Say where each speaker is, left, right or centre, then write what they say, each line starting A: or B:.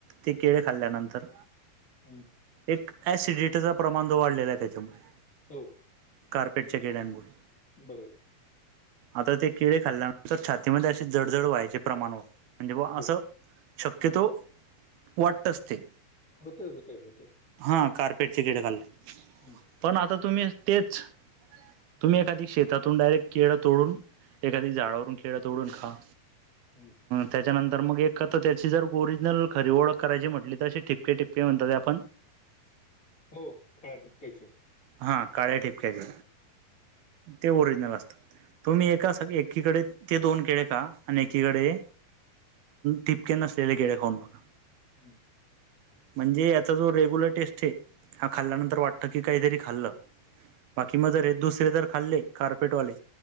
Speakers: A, on the right; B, on the left.
A: ते केळे खाल्ल्यानंतर.
B: हम्म
A: एक ॲसिडिटीचा प्रमाण जो वाढलेलाय त्याच्यामुळे.
B: हो
A: कार्पेटच्या केळ्यांमुळे.
B: बरोबर
A: आता ते किळे खाल्ल्यानंतर छातीमध्ये अशे जडजड व्हायचे प्रमाण होत म्हणजे बवा
B: हो.
A: असं. शक्यतो वाटतच ते.
B: होतय होतय होतय.
A: हा कार्पेटचे केडे खाल्ले.
B: हम्म
A: पण आता तुम्ही तेच, तुम्ही एखादी शेतातून डायरेक्ट केळ तोडून. एखादी झाडावरून केळ तोडून खा.
B: हम्म
A: त्याच्यानंतर मग एक. कळत त्याची जर ओरिजनल खरी ओळख करायची म्हटली तर ठिपके ठिपके म्हणतात ते आपण
B: हो काळया टिपक्याचे.
A: हा काळ्या ठिपक्याचे ते ओरिजनल असतात. तुम्ही
B: हं,
A: एका एकासाकी एकीकडे ते दोन केळे खा आणि एकीकडे. टिपके नसलेले केळे खऊन बघा.
B: हम्म
A: म्हणजे याचा जो रेग्युलर टेस्ट ये हा खाल्ल्यानंतर
B: हं,
A: वाटत की काहीतरी. खाल्ल बाकी म जर हे दुसरे जर खाल्ले कारपेट वाले.